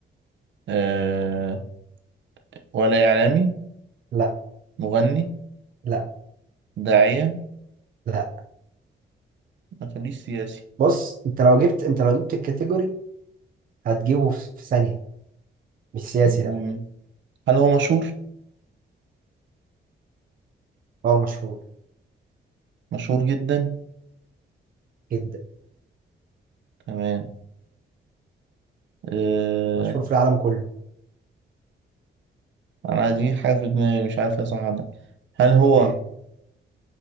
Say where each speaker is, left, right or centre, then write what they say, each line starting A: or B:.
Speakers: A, on the right; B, on the right.
A: أه ولا إعلامي
B: لا
A: مغني
B: لا
A: داعية
B: لا
A: ما خليش سياسي
B: بص انت لو جبت انت لو جبت الكاتيجوري هتجيبه في في ثانية مش سياسي
A: مم.
B: لا
A: هل هو مشهور
B: اه مشهور
A: مشهور جدا
B: جدا
A: تمام أه
B: مشهور في العالم كله
A: أنا دي حاجة في دماغي مش عارف يا صح ولا لأ. هل هو
B: ايه